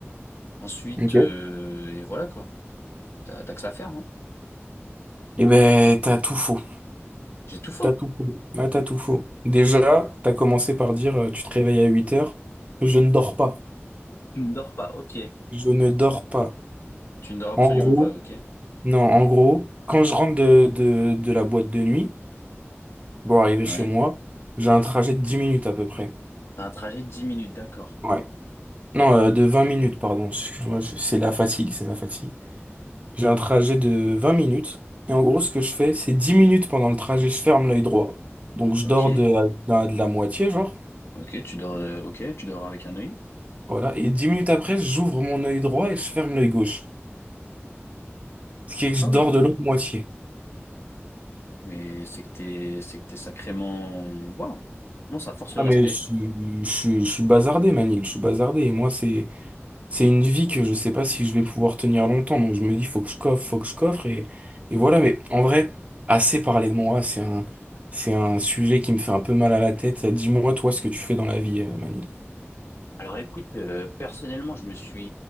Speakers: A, on the left; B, on the right.
A: Ensuite,
B: Ok.
A: euh, et voilà quoi. T'as, t'as que ça à faire, non?
B: Eh ben, t'as tout faux.
A: J'ai tout faux.
B: T'as tout faux. Ah, t'as tout faux. Déjà, t'as commencé par dire, euh, tu te réveilles à 8 heures. Je ne dors pas.
A: Tu ne dors pas, ok.
B: Je ne dors pas.
A: Tu ne dors absolument
B: En gros,
A: pas, ok.
B: non, en gros, quand je rentre de, de, de la boîte de nuit, bon, arrivé
A: Ouais.
B: chez moi, j'ai un trajet de 10 minutes à peu près.
A: T'as un trajet de 10 minutes, d'accord.
B: Ouais. Non, euh, de 20 minutes, pardon. Excuse-moi, je- c'est la fatigue, c'est la fatigue. J'ai un trajet de 20 minutes. Et en gros, ce que je fais, c'est 10 minutes pendant le trajet, je ferme l'œil droit. Donc, je
A: Ok.
B: dors de, à- de la de la moitié, genre.
A: Ok, tu dors, euh, ok, tu dors avec un œil.
B: Voilà. Et dix minutes après, j'ouvre mon œil droit et je ferme l'œil gauche. Ce qui est que je
A: Ah oui.
B: dors de l'autre moitié.
A: Mais c'est que t'es, c'est que t'es sacrément, waouh. Bon, ça force le
B: Ah,
A: respect.
B: mais je, suis- je, suis je suis bazardé, Manil. Je suis bazardé. Et moi, c'est, c'est une vie que je sais pas si je vais pouvoir tenir longtemps. Donc, je me dis, faut que je coffre, faut que je coffre. Et, et voilà. Mais en vrai, assez parlé de moi. C'est un, c'est un sujet qui me fait un peu mal à la tête. Dis-moi, toi, ce que tu fais dans la vie, euh, Manil.
A: Alors écoute, euh, personnellement, je me suis,